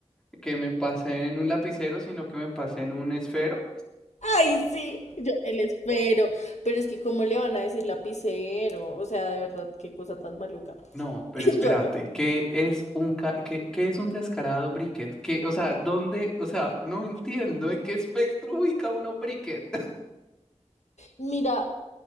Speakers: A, in the centre; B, on the left.
A: que me pasé en un lapicero, sino que me pasé en un esfero.
B: Ay, sí, yo el espero, pero es que cómo le van a decir lapicero, o sea, de verdad, qué cosa tan maluca.
A: No, pero
B: <laughs>
A: espérate,
B: Yo,
A: ¿qué es un ca- qué, qué es un descarado briquet? ¿Qué, o sea, dónde, o sea, no entiendo en qué espectro ubica uno briquet.
B: mira,